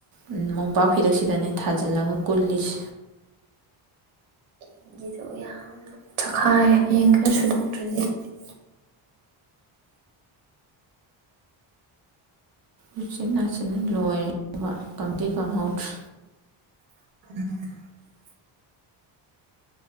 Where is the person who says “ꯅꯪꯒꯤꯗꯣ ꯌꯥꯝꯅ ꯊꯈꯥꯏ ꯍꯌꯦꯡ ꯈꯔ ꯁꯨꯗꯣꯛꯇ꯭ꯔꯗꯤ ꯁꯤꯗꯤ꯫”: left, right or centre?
Right